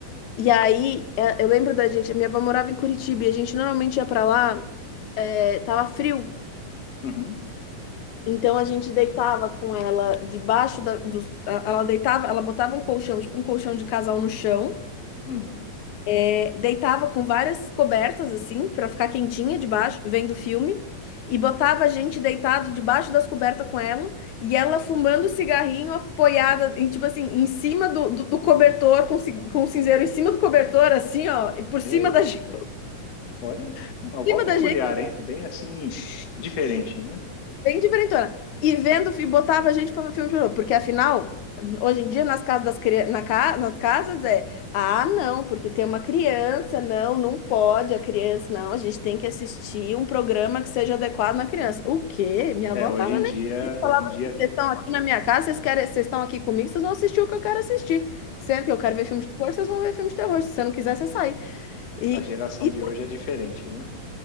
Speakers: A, on the left (about 70°); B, on the left (about 50°).
A: E aí, é, eu lembro da gente, a minha avó morava em Curitiba e a gente normalmente ia para lá, é, tava frio.
B: Uhum,
A: Então a gente deitava com ela debaixo da, dos- a- ela deitava, ela botava um colchão, tipo um colchão de casal no chão,
B: hum.
A: é, deitava com várias cobertas assim pra ficar quentinha debaixo, vendo filme, e botava a gente deitado debaixo das cobertas com ela, e ela fumando cigarrinho apoiada em, tipo assim, em cima do, do, do cobertor com, ci- com o cinzeiro em cima do cobertor assim, ó, e por cima
B: Eita,
A: da gente,
B: olha,
A: <laughs>
B: uma
A: em
B: avó
A: cima
B: peculiar,
A: da gente.
B: hein? Bem assim, diferente, né?
A: Bem diferentona. E vendo, e botava a gente pra ver filme de terror, porque afinal, hoje em dia, nas casas das crianças, na ca... nas casas é, ah, não, porque tem uma criança, não, não pode a criança, não, a gente tem que assistir um programa que seja adequado na criança. O quê? Minha
B: É,
A: avó
B: hoje
A: tava
B: em
A: nem
B: dia,
A: aí, falava
B: hoje em dia,
A: assim, vocês estão aqui na minha casa, vocês querem, vocês estão aqui comigo, vocês vão assistir o que eu quero assistir. Sempre que eu quero ver filme de terror, vocês vão ver filme de terror. Se você não quiser, você sai. E,
B: a geração
A: e
B: de hoje é diferente, né?